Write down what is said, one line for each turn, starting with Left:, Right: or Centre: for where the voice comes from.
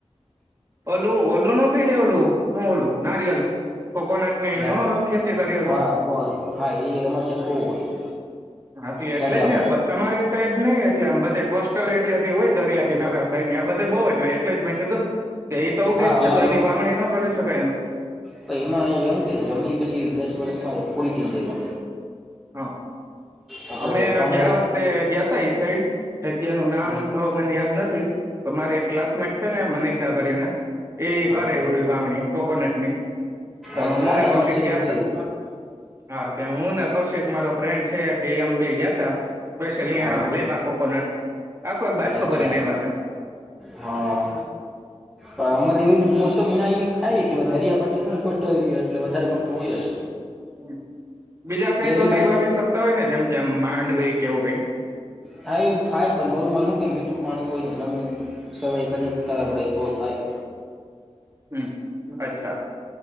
Right: ઓલું ઓલું ન થઈ જે ઓલું. તું ઓલુ. નારિયલ કોકોનટની
Centre: ના
Right: ન ખેતી કરી હકો
Centre: હા બ હા એ અમારી સાઈડ બહુ હોય
Right: હા એટલે
Centre: ઝાઝા
Right: જ ને
Centre: હોય
Right: તમારી સાઈડ નઈ એટલે આમ બધે કોસ્ટલ એરિયા થી હોય દરિયા કિનારા સાઈડ યા બધે બહુ જ એટલે જ મેં કીધું કે એ તો
Centre: હા
Right: બેજ જ
Centre: અમારું
Right: છે તો એની વાવણી ન કરી શકાય એમ.
Centre: તો એમાં એવું કે જમી પછી દસ વર્ષમાં પૂરી થઈ જાય.
Right: હા
Centre: આપડે
Right: અમે
Centre: ત્રણ
Right: ગયા
Centre: વર્ષ
Right: વખતે ગયાતા એ સાઈડ જગ્યા નું નામ
Centre: હમ
Right: તો મને યાદ નથી. તો મારી એક ક્લાસમેટ છે ને મનીષા કરીને એ
Centre: હા
Right: કરે ઇવડી વાવણી કોકોનટ ની તો
Centre: અચ્છા
Right: હું ને કૌશિક
Centre: અમારી સાઈડ
Right: ગયા
Centre: હોય
Right: તા હા ત્યા હું ને કૌશિક મારો ફ્રેન્ડ છે તે અમ બે ગયા તા સ્પેશલં
Centre: હા
Right: લેવા કોકોનટ આખો એક બાજકો
Centre: અચ્છા
Right: ભરી લાયવા તા.
Centre: હા, પણ અમારે એ મોસ્ટ ઓફ નાયા એ થાય કે દરિયા પી ક કોષ ગયો એટલે વધારે પડતું હોય જ.
Right: હમ્મ, બીજા કઈ
Centre: કેરી
Right: તો નહી
Centre: બાજ
Right: વાવી શકતા હોય ને જેમ કે આમ માંડવી કેવું કઈ?
Centre: હા એવું થાય પણ નોર્મલ હું કે મીઠું પાણી હોયને જમીન સર્વે કરી ત આપણેે તો થાય.
Right: હમ અચ્છા